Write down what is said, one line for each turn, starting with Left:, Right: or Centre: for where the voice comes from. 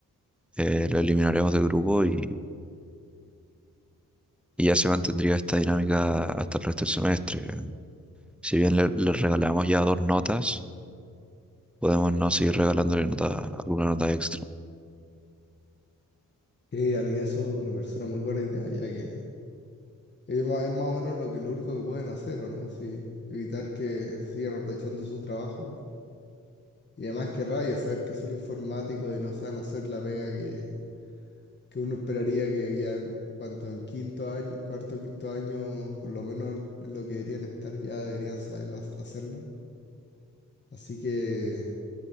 Centre: eh, lo eliminaremos del grupo y, y ya se mantendría esta dinámica hasta el resto del semestre. Si bien le, le regalamos ya dos notas, podemos no seguir regalándole nota, alguna nota extra.
Left: Y a mí eso me parece una muy buena idea, ya que es más, es más o menos lo que, lo único que pueden hacer, ¿o no? si evitar que sigan aprovechando su trabajo Y además qué rabia saber que son informáticos y no saben hacer la pega que, que uno esperaría que ya en cuanto en quinto año, cuarto, quinto año, por lo menos en lo que deberían estar, ya deberían saberla hacerla. Así que